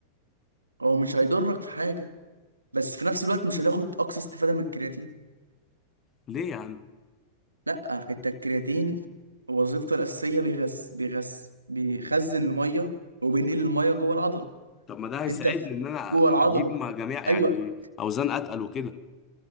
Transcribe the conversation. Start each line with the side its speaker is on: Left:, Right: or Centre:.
Right: هو مش هيضرك في حاجه بس في نفس الوقت مش هتاخد اقصى استفاده من الكرياتين
Left: ليه يا عم
Right: لا انت الكرياتين وظيفته الاساسيه بيغذي بيغذي بيخزن الميه وبينقل الميه جوه العضله
Left: طب ما ده هيساعدني
Right: انت في-
Left: ان انا
Right: جوه العضله
Left: اجيب مع جميع يعني
Right: ايوه
Left: اوزان اتقل وكده